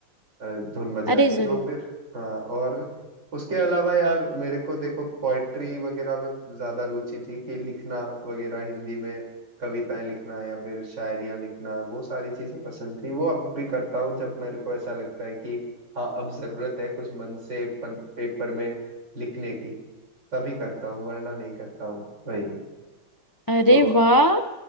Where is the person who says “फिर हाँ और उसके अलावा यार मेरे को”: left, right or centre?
Right